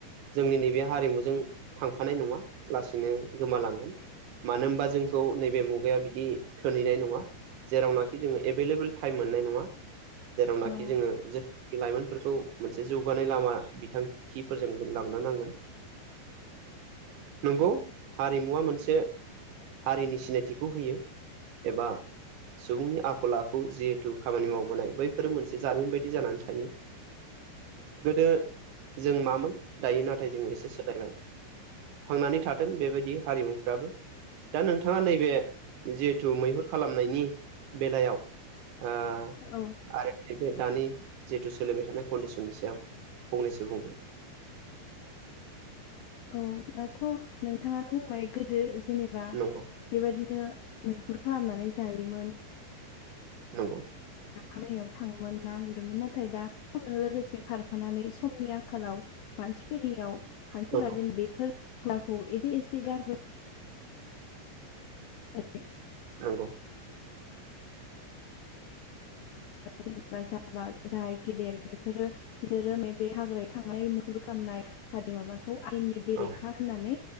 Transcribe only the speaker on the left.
औ
औ
औ दाथ' नोंथाङानो बुंबाय। गोदो जेनेबा
बेबायदिनो मैहुर खालामनानै जायोमोन।
आमैया थाङोमोन ना गुरोमोन। नाथाय दा समजों लोगोसे खारफानानै समनि आंखालाव मानसिफोरनियाव मानसिफोरा
जेन बेफोर खेलाखौ एसे एसे गारबोनाय बै
जेनबा जाय गेदेर बेफोरो बिसोरो मा बे हाग्रायाव थांनाय मुहुर खालामनाय बि माबाखौ आयेननि बेरेखा
होननानै